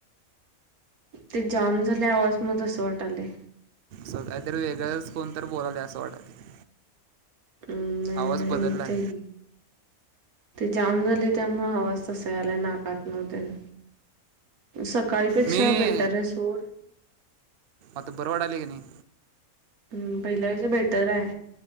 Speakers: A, on the right (about 80°); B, on the right (about 65°).
A: ते जाम झालयं आवाज म्हणुन तसं वाटलंय.
B: सकाळीतरी वेगळंच कोणत बोलाला असं वाटालतं.
A: हम्म नाही
B: आवाज
A: नाही
B: बदललाय.
A: मीच आहे की ते जाम झाल त्यामुळ आवाज तसा याला नाकात तेन. सकाळीपेक्षा
B: मी
A: बेटर हाय सोड.
B: आता बर वाटालय कि नाही?
A: हम्म. पहिल्या पेक्षा बेटर हाय.